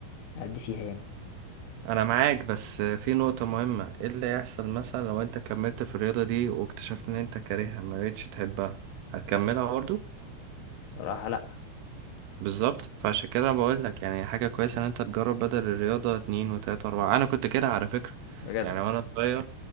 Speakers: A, on the left (about 85°); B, on the right (about 85°).
A: ادي فيها يعني
B: انا معاك بس في نقطة مهمة ايه اللي هيحصل مثلا لو انت كملت في الرياضة دي واكتشفت ان انت كارهها ما بقتش تحبها هتكملها برضو
A: صراحه لا
B: بالظبط فعشان كده بقول لك يعني حاجة كويسة ان انت تجرب بدل الرياضة اتنين وتلاتة واربعة انا كنت كده على فكرة
A: بجد
B: يعني وانا صغير